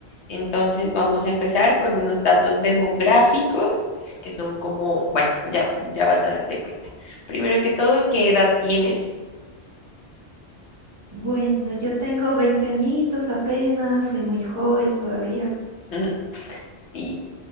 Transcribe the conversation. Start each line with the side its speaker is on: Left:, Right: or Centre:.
Left: Entonces vamos a empezar con unos datos demográficos que son como, bueno, ya, ya vas a darte cuenta. Primero que todo, ¿qué edad tienes?
Right: Bueno, yo tengo 20 añitos apenas, soy muy joven todavía,
Left: <laughs> Sí.